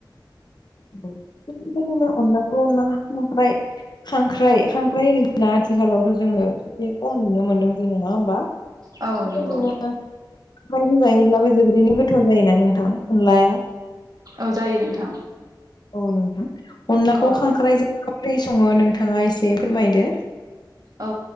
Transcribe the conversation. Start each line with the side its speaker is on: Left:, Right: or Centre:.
Left: <unintelligible> अनलाखौ ना खांख्राय। खांख्राइ खांख्राइ होनब्ला आथिखालावथ' जोंङो एसे खम नुनो मोन्दों जोंङो नंङा होमबा। बेफोरबायदिनो।
Right: औ नंगौ
Left: खांख्रायजों जायोब्लाबो जोबोरैनो गोथाव जायोना नोंथां अनलाया।
Right: औ जायो नोंथां।
Left: औ नोंथां अनलाखौ
Right: औ
Left: खांख्राइजों माब्रै संङो नोंथांङा एसे फोरमायदो।
Right: औ